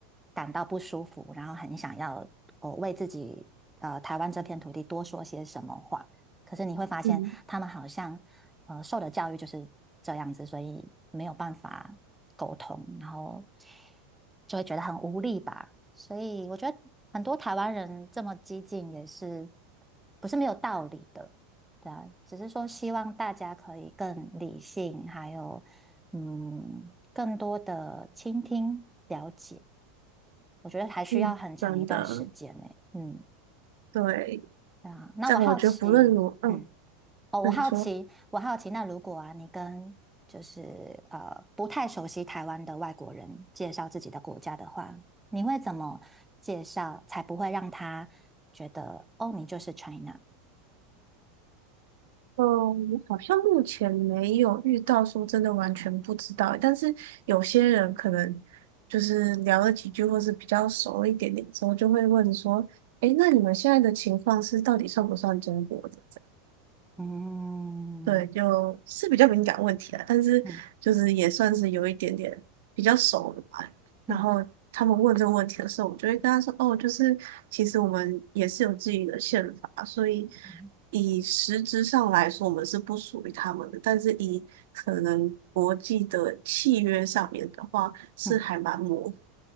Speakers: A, in the centre; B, on the right.
A: 感到不舒服，然后很想要哦为自己呃台湾这片土地多说些什么话。可是你会发现，
B: 嗯
A: 他们好像呃受的教育就是这样子，所以没有办法沟通，然后就会觉得很无力吧。所以我觉得很多台湾人这么激进也是不是没有道理的，对啊，只是说希望大家可以更理性，还有嗯更多的倾听了解，我觉得还需要很长一段时间呢。
B: 嗯，真的，
A: 嗯，
B: 对，
A: 对啊，那我好奇，
B: 这样我觉得不论如，嗯，
A: 嗯。哦，
B: 那你说。
A: 我好奇，我好奇，那如果啊，你跟就是呃不太熟悉台湾的外国人介绍自己的国家的话，你会怎么介绍才不会让他觉得哦，你就是 China？
B: 嗯，我好像目前没有遇到说真的完全不知道，但是有些人可能就是聊了几句，或是比较熟一点点之后，就会问说：“诶，那你们现在的情况是到底算不算中国的？”
A: 嗯
B: 对，就是比较敏感问题啦，但是就是也算是有一点点比较熟了吧。
A: 嗯
B: 然后他们问这个问题的时候，
A: 嗯
B: 我就会跟他说：“哦，就是其实我们也是有自己的宪法，所以
A: 嗯
B: 以实质上来说，我们是不属于他们的。但是以可能国际的契约上面的话，是还蛮模糊。
A: 嗯嗯